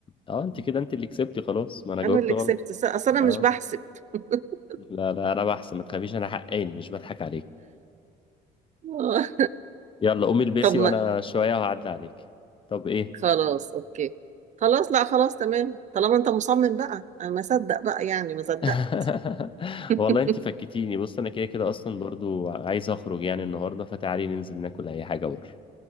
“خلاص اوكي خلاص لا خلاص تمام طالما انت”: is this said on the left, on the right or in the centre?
Right